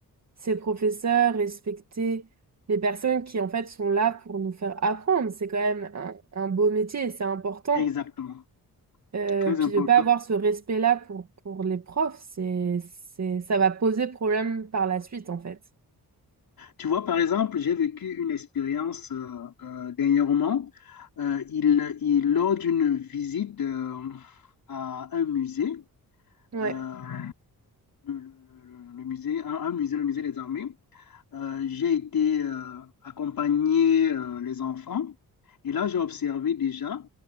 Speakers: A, on the right; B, on the left.
A: ces professeurs, respecter les personnes qui en fait sont là pour nous faire apprendre. C'est quand même un, un beau métier et c'est important.
B: exactement.
A: Euh,
B: Très
A: puis
B: important.
A: de pas avoir ce respect-là pour, pour les profs, c'est, c'est, ça va poser problème par la suite en fait.
B: Tu vois, par exemple, j'ai vécu une expérience euh, euh, dernièrement. Euh, il, il- lors d'une visite euh, à un musée,
A: Ouais.
B: euh, le, le- le- musée, un, un musée, le musée des armées, euh, j'ai été euh, accompagner euh, les enfants. Et là, j'ai observé déjà,